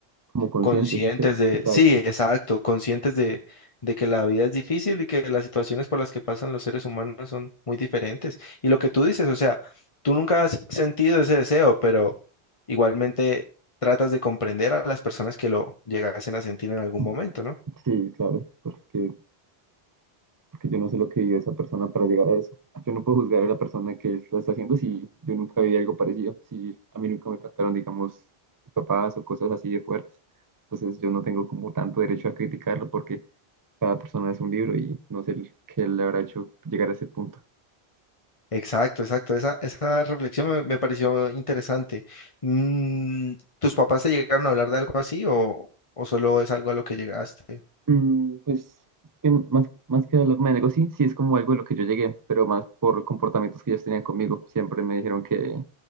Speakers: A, on the right; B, on the left.
A: Como conscientes,
B: conscientes
A: ¿cierto?
B: de,
A: Exacto.
B: sí, exacto, conscientes de, de que la vida es difícil y que las situaciones por las que pasan los seres humanos son muy diferentes. Y lo que tú dices, o sea, tú nunca has sentido ese deseo, pero igualmente tratas de comprender a las personas que lo llegasen a sentir en algún
A: <laughs>
B: momento, ¿no?
A: Sí, claro, porque porque yo no sé lo que vive esa persona para llegar a eso. Yo no puedo juzgar a la persona que lo está haciendo si yo nunca vi algo parecido, si a mí nunca me trataron, digamos, papás o cosas así de fuertes. Entonces yo no tengo como tanto derecho a criticarlo porque cada persona es un libro y no sé qué le habrá hecho llegar a ese punto.
B: Exacto, exacto. Esa, esa reflexión me, me pareció interesante. Mm, ¿tus papás te llegaron a hablar de algo así o, o solo es algo a lo que llegaste?
A: Mm, pues que más, más que hablarme de negocio, sí, sí es como algo de lo que yo llegué, pero más por comportamientos que ellos tenían conmigo. Siempre me dijeron que